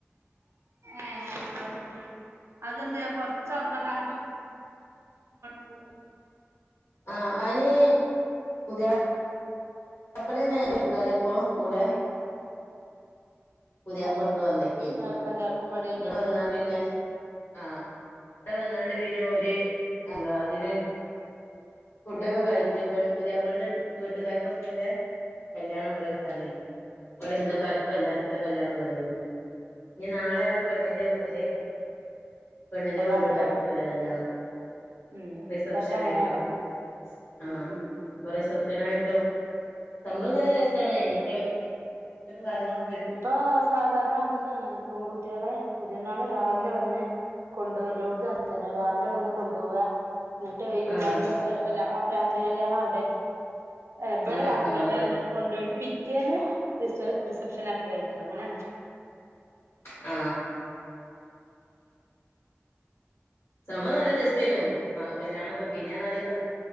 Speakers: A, on the right; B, on the left.
A: ഏഹ് അതെന്താ കൊറച്ച് ആൾക്കാര് അങ്ങനെ പോയി
B: ആ അയിന് പുതിയാ <unintelligible> അപ്പളേ ഞങ്ങൾ വീട്ടുകാരെ ഒപ്പം കൂടെ <unintelligible> പുതിയാപ്പളങ്ങട്ട്
A: ആഹ്
B: വന്നക്കേഞ്ഞു
A: ആൾക്കെല്ലാർക്കും ഇവിടേനി
B: ഇവിടെ വന്നാ പിന്നെ ആ ഇടെ വന്നാണ്ട് പിന്നെഓര് എന്താ അതിന് ഫുഡൊക്കെ കഴിച്ച് പുതിയാപ്പൾന്റെ വീട്ടുകാർക്കൊക്കെല്ല കല്യാണം ഇവിടെ വെച്ചാണ്ടെനും ഒലെ ബന്ധുക്കാർക്ക് എല്ലാർക്കും കല്യാണം ഇവിടേനി ഇനി നാളെയാണ് പെണ്ണിന്റെ വീട്ടില്
A: ആഹ് ശരി
B: പെണ്ണിന്റെ
A: ഇപ്പൊക്കെ
B: ബന്ധുക്കാർക്കൊല്ലേ
A: അങ്ങനെ
B: കല്യാണം
A: ഉം
B: റിസപ്ഷൻ
A: ഇതൊക്കെ അങ്ങനെയാണ്
B: ആയിക്കാണ്ട് ആ
A: ഉം ഉം ഉം
B: ഇപ്പൊ റിസപ്ഷൻ ആയിട്ടോ സംഭവം
A: ഉം
B: നല്ല രസാണ് ഇങ്ങനത്തെ കാര്യങ്ങളൊ <unintelligible>
A: ഇപ്പൊ സാധാരണ അ തന്നെയാണ് പെൺകുട്ടികള് പുതിയണ്ണള് രാവിലെ വന്ന് കൊണ്ട് യല്ലോട്ത്തും അങ്ങനെ തന്നെ അവര് വന്ന് കൊണ്ടോവാ എന്നിട്ട് വൈകുന്നേരത്തെ
B: ആഹ്
A: അല്ല രാത്രി കല്യാണം അവിടെ ഇവിടെ
B: ആഹ്
A: രാത്രി
B: ആഹ്
A: കല്യാണം
B: അതെ
A: എന്നിട്ട് കൊണ്ടോയിട്ട് ക്കേ റിസ റിസപ് സെപ്ഷൻ ആക്കി കഴിക്ക അങ്ങനെയാണ്
B: ആ സംഭവം നല്ല രസേനു കല്യാ പിന്നെയാണ് ആദ്യപ്പ